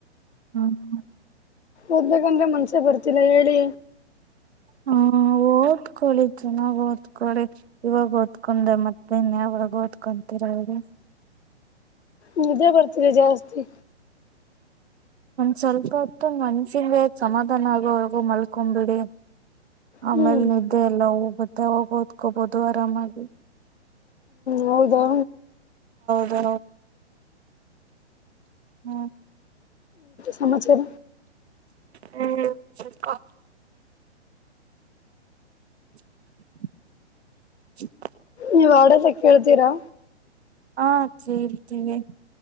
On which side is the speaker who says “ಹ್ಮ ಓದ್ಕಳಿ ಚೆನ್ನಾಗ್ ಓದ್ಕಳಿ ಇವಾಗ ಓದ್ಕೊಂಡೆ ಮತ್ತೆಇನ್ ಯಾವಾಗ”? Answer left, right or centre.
Right